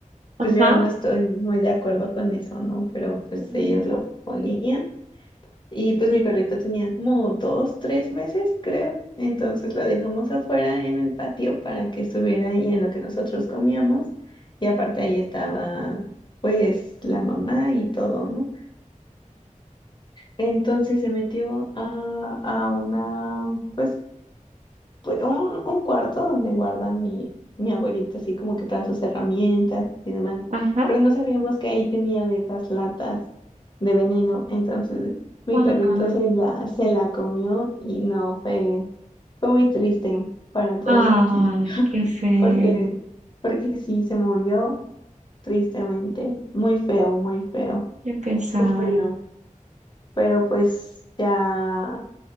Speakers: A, on the right; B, on the left.
A: ajá.
B: Pues yo no estoy muy de acuerdo con eso, ¿no? Pero pues
A: Ujú.
B: ellos lo ponían. Y pues mi perrito tenía como dos, tres meses, creo. Entonces la dejamos afuera en el patio para que estuviera ahí en lo que nosotros comíamos. Y aparte ahí estaba pues la mamá y todo, ¿no? Entonces se metió a, a una, pues pues, un, un cuarto donde guarda mi, mi abuelito, así como que todas sus herramientas y demás.
A: Ajá.
B: Pero no sabíamos que ahí tenía de esas latas de veneno. Entonces mi
A: Ajá.
B: perrito se la, se la comió y no, fue, fue muy triste para todos
A: Ah,
B: aquí,
A: Ay, qué feo.
B: porque, porque sí, se murió tristemente, muy feo, muy feo,
A: Qué pesar.
B: sufrió, pero pues ya.